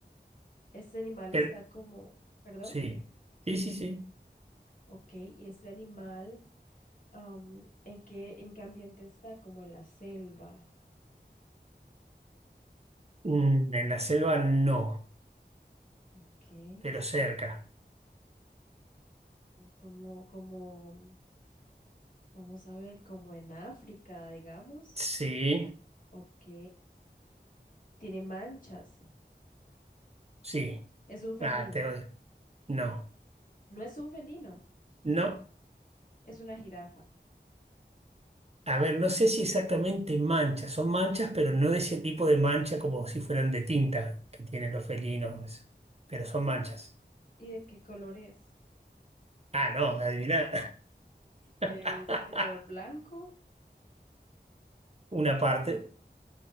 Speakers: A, on the left (about 50°); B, on the right (about 35°).
A: Este animal
B: pero
A: está como, perdón,
B: sí. Sí, sí, sí.
A: ok, y este animal, am, ¿en qué, en qué ambiente está? Como en la selva,
B: Mm, En la selva no,
A: ok, eh,
B: pero cerca.
A: como, como, vamos a ver, como en África, digamos,
B: Sí,
A: ok, tiene manchas,
B: sí.
A: es un felino,
B: Ah, te odio. No,
A: no es un felino,
B: no.
A: es una jirafa.
B: A ver, no sé si exactamente manchas. Son manchas, pero no de ese tipo de mancha como si fueran de tinta que tienen los felinos. eso. Pero son manchas.
A: ¿Y de qué color es?
B: Ah, no, adivina.
A: ¿Es
B: <laughs>
A: de color blanco?
B: Una parte,